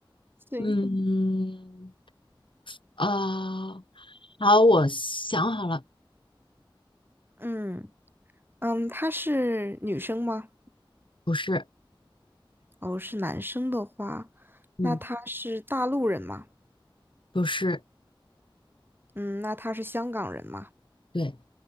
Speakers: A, on the right (about 25°); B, on the left (about 65°).
A: 行，
B: 嗯，啊，好，我想好了，
A: 嗯嗯，他是女生吗？
B: 不是，
A: 哦，是男生的话，
B: 嗯，
A: 那他是大陆人吗？
B: 不是，
A: 嗯，那他是香港人吗？
B: 对，